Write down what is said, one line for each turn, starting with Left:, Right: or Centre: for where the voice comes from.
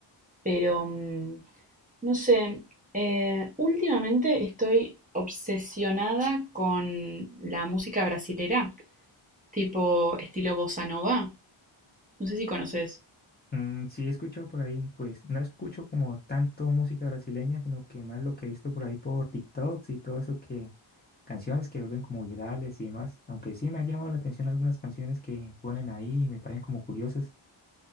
Right: pero mm, no sé, eh, últimamente estoy obsesionada con la música brasilera, tipo estilo bossa nova. No sé si conoces.
Left: Mm, sí, he escuchado por ahí, pues no escucho como tanto música brasileña, sino que más lo que he visto por ahí por TikToks y todo eso que canciones que ven como virales y demás, aunque sí me ha llamado la atención algunas canciones que ponen ahí y me parecen como curiosas.